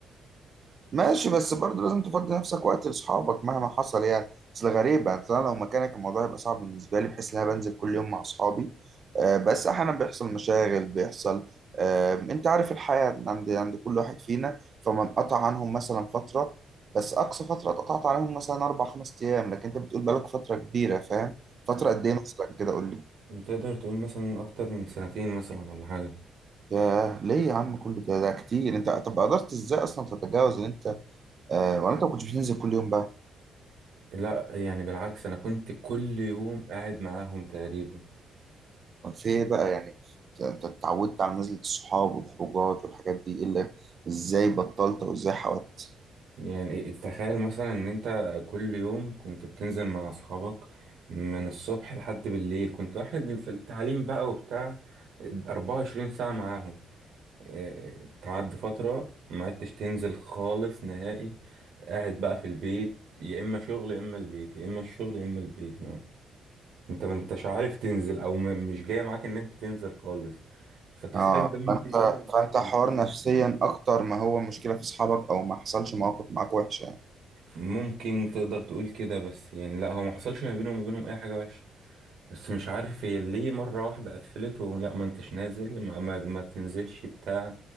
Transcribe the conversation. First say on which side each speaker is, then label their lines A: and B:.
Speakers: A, on the right; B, on the right.
A: ماشي بس برضه لازم تفضي نفسك وقت لاصحابك مهما حصل يعني اصل غريبة اصل انا لو مكانك الموضوع يبقى صعب بالنسبة لي بحيث ان انا بنزل كل يوم مع اصحابي آه، بس احيانا بيحصل مشاغل بيحصل آه، انت عارف الحياة عند عند كل واحد فينا فما انقطع عنهم مثلا فترة بس اقصى فترة اتقطعت عليهم مثلا اربع خمس ايام لكن انت بتقول بقالك فترة كبيرة فاهم فترة قد ايه مثلا كده قول لي
B: تقدر تقول مثلا اكتر من سنتين مثلا ولا حاجه
A: ياه ليه يا عم كل ده ده كتير انت طب قدرت ازاي اصلا تتجاوز ان انت آه، ولا انت ما كنتش بتنزل كل يوم بقى
B: لا يعني بالعكس انا كنت كل يوم قاعد معاهم تقريبا
A: طب في ايه بقى يعني انت أنت اتعودت على نزلة الصحاب والخروجات والحاجات دي إيه اللي ازاي بطلت او ازاي حاولت
B: يعني تخيل مثلا ان انت كل يوم كنت بتنزل مع اصحابك من الصبح لحد بالليل كنت واحد في التعليم بقى وبتاع 24 ساعه معاهم إيه، تعدي فتره ما عدتش تنزل خالص نهائي قاعد بقى في البيت يا اما شغل يا اما البيت يا اما الشغل يا اما البيت انت ما انتش عارف تنزل او م- مش جاية معاك ان انت تنزل خالص فتخيل
A: اه
B: ده ممكن
A: فانت
B: مثلا يبقى
A: فانت حوار
B: احساسك
A: نفسيا
B: ايه
A: اكتر ما هو مشكلة في اصحابك او ما حصلش مواقف معاك وحشة
B: ممكن تقدر تقول كده بس يعني لا هو ما حصلش ما بينه وما بينهم اي حاجة وحشة بس مش عارف هي ليه مرة واحدة قفلت ولا ما انتش نازل ما, ما, ما تنزلش بتاع